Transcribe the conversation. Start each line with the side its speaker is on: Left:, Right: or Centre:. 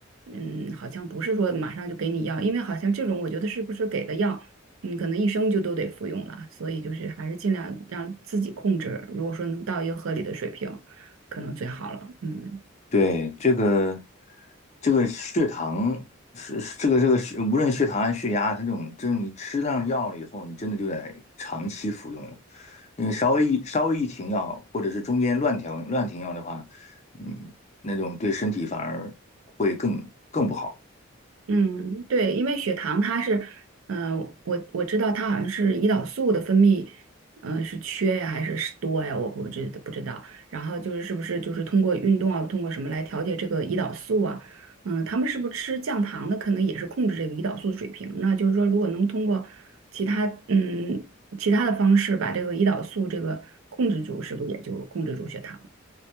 Right: 嗯，好像不是说马上就给你药，因为好像这种我觉得是不是给的药，嗯，可能一生就都得服用了，所以就是还是尽量让自己控制，如果说能到一个合理的水平。可能最好了。嗯
Left: 对，这个这个血糖是是这个这个血，无论血糖还是血压，它这种，就是你吃上药了以后，你真的就得长期服用了。你稍微一稍微一停药，或者是中间乱调乱停药的话，嗯，那种对身体反而会更更不好。
Right: 嗯对，因为血糖它是，呃，我我知道它好像是胰岛素的分泌，呃，是缺呀还是是多呀？我我知不知道。然后就是是不是就是通过运动啊，通过什么来调节这个胰岛素啊？嗯、他们是不是吃降糖的，可能也是控制这个胰岛素水平？那就是说，如果能通过其他嗯其他的方式把这个胰岛素这个控制住，是不是也就控制住血糖了？